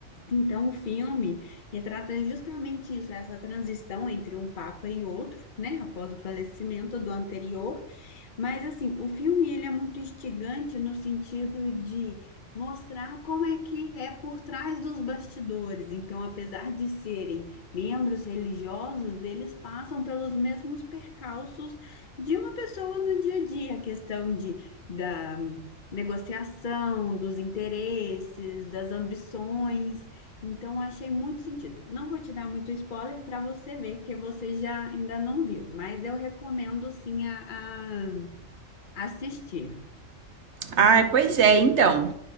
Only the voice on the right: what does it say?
Ai, pois é, então.